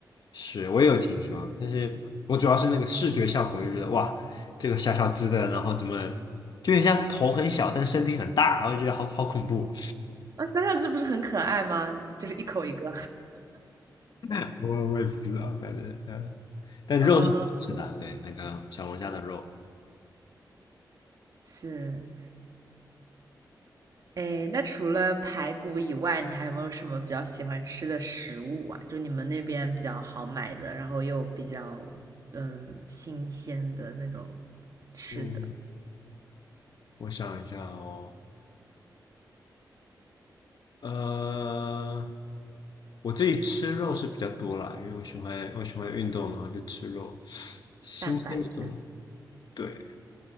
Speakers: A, on the left; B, on the right.
A: 是我也有听说，但是我主要是那个视觉效果，我就觉得哇，这个小小只的，然后怎么就人家头很小，但身体很大，我就觉得好好恐怖。
B: 啊，想想这不是很可爱吗？就是一口一个。
A: <laughs> 我我也不知道，反正呃，但肉是挺好吃的啊，
B: 嗯，
A: 对，那个小龙虾的肉。
B: 是。哎，那除了排骨以外，你还有没有什么比较喜欢吃的食物啊？就你们那边比较好买的，然后又比较嗯新鲜的那种吃的，
A: 嗯，我想一下哦，呃，我自己吃肉是比较多啦，因为我喜欢我喜欢运动，然后就吃肉，新鲜的东西。
B: 蛋白质的
A: 对，